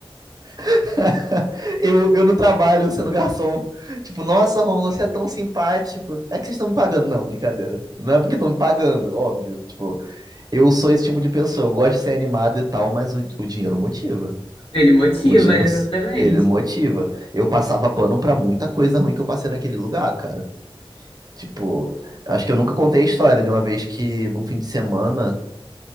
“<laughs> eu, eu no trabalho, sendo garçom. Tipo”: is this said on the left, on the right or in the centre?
Right